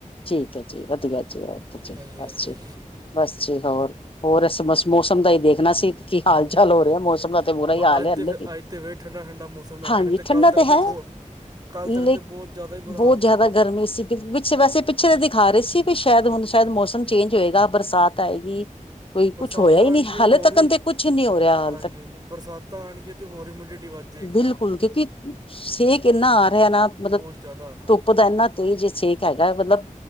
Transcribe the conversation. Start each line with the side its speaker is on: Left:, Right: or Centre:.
Left: ਠੀਕ ਐ ਜੀ ਵਧੀਆ ਜੀ,
Right: ਹਾਂਜੀ
Left: ਬਸ
Right: ਹਾਂਜੀ
Left: ਜੀ। ਬਸ ਜੀ ਹੋਰ, ਹੋਰ ਅਸ ਬਸ ਮੌਸਮ ਦਾ ਹੀ ਦੇਖਣਾ ਸੀ। ਕੀ ਹਾਲ
Right: ਹਾਂਜੀ
Left: ਚਾਲ
Right: ਹਾਂਜੀ
Left: ਹੋ ਰਿਆ? ਮੌਸਮ ਦਾ ਤੇ ਬੁਰਾ
Right: ਬ
Left: ਹੀ ਹਾਲ
Right: ਅੱਜ
Left: ਐੇ
Right: ਤੇ ਫਿਰ-
Left: ਵੀ,
Right: ਅੱਜ ਤੇ ਵੇ ਠੰਡਾ ਠੰਡਾ ਮੌਸਮ ਹੈਗਾ
Left: ਹਾਂਜੀ,
Right: ਨਹੀਂ
Left: ਠੰਡਾ
Right: ਕੱਲ ਤੱਕ
Left: ਤੇ ਹੈ
Right: ਬਹੁਤ ਕੱਲ ਤੱਕ
Left: ਲੇ,
Right: ਤੇ ਬਹੁਤ ਜ਼ਿਆਦਾ ਹੀ ਬੁਰਾ
Left: ਬੋਤ
Right: ਹਾਲ
Left: ਜ਼ਿਆਦਾ
Right: ਸੀਗਾ
Left: ਗਰਮੀ ਸੀ। ਵਿੱਚ ਵੈਸੇ, ਪਿੱਛੇ ਤਾਂ ਦਿਖਾ ਰਹੇ ਸੀ, ਵੀ ਸ਼ਾਇਦ ਹੁਣ ਸ਼ਾਇਦ ਮੌਸਮ ਚੇਂਜ ਹੋਏਗਾ, ਬਰਸਾਤ ਆਏਗੀ। ਕੋਈ
Right: ਬਰਸਾਤਾਂ
Left: ਕੁਛ ਹੋਇਆ ਹੀ
Right: ਆਣਗੀਆਂ
Left: ਨੀ, ਹਾਲੇ
Right: ਹੋਰ
Left: ਤੱਕ
Right: ਹੀ ਹੁਮ-
Left: ਤੇ ਕੁਛ ਨੀ ਹੋ ਰਿਹਾ ਆ, ਹਾਲੇ
Right: ਹਾਂਜੀ
Left: ਤੱਕ
Right: ਹਾਂਜੀ ਬਰਸਾਤਾਂ ਆਣਗੀਆਂ ਤੇ ਹੋਰ ਹਿਊਮਿਡਿਟੀ ਵੱਧ ਜਾਏਗੀ
Left: ਬਿਲਕੁਲ,
Right: ਨਾ
Left: ਕਿਉਂਕਿ ਸੇਕ ਏਨਾ ਆ ਰਿਹਾ ਨਾ। ਮਤਲਬ
Right: ਬਹੁਤ ਜ਼ਿਆਦਾ
Left: ਪੁਦਾ, ਏਨਾ ਤੇਜ਼ ਸੇਕ ਹੈਗਾ, ਮਤਲਬ